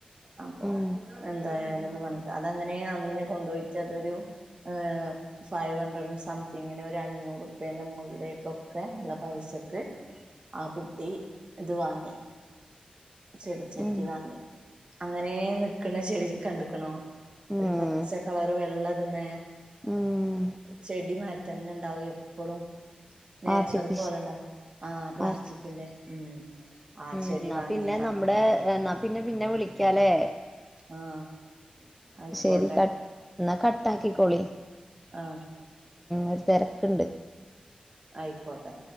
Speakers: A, on the right (about 40°); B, in the centre.
A: അപ്പൊ
B: ഉം
A: എന്തായാലൂന്ന് പറഞ്ഞിട്ട് അതങ്ങനെ അന്നനെ കൊണ്ടുപോയിച്ച് അതൊരു <unintelligible> ഫൈവ് ഹൺഡ്രഡ് സംതിങ്ങിന് ഒരു അഞ്ഞൂറ് ഉപ്യേന്റെ മുകളിലേക്കൊക്കെ ഉള്ള പൈസക്ക് ആ കുട്ടി ഇതുവാങ്ങി ചെടിചട്ടി
B: ഉം
A: വാങ്ങി അങ്ങനെ നിക്കണ ചെടികണ്ടിക്കണോ
B: ഉം
A: ഒരു പച്ചകളറ് വെള്ളതുമ്മേ
B: ഉം
A: ചെടിമാരിതന്നെയുണ്ടാവും എപ്പളും നേച്ചുറൽ
B: ആർട്ടിഫിഷ
A: പോലെണ്ടാവും ആ പ്ലാസ്റ്റിക്കിന്റേ
B: ആർട്ടി
A: ഉം ആ
B: ഉം
A: ചെടിവാങ്ങി
B: എന്നാ പിന്നെ നമ്മടെ ന്നാ പിന്നെ പിന്നെ വിളിക്കാലേ
A: ആഹ് ആയിക്കോട്ടെ
B: ശരി ക ന്നാ കട്ടാക്കിക്കോളി
A: ആഹ്
B: ഒരു തെരക്ക്ണ്ട്
A: ആയിക്കോട്ടെ